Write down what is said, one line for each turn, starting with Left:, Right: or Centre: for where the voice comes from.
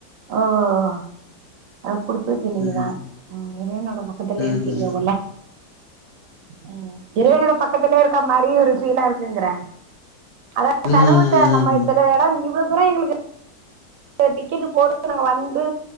Right: ஓ <unintelligible> குடுத்து வச்சு நீங்கதா
Left: ம்
Right: ம் இறைவனோட பக்கத்துலே
Left: ம்
Right: இருக்கீங்க
Left: ம்
Right: போல ம் இறைவனோட பக்கத்துலே இருக்க மாரி ஒரு ஃபீலா இருக்குங்க்ற அதாவ
Left: ம்
Right: கடவுள்ட்ட நம்ம
Left: ம்
Right: சில எடோ <unintelligible> ப்பனா எங்களுக்கு டிக்கெட்டு <unintelligible> ங்க வந்து